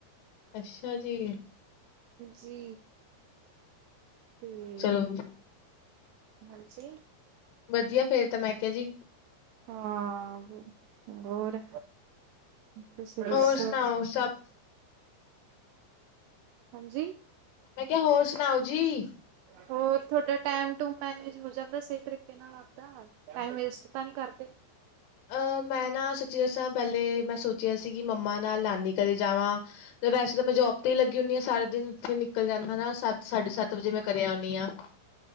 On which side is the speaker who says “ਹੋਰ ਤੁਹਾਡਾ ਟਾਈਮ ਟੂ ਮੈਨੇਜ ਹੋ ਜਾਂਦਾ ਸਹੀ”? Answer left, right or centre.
Right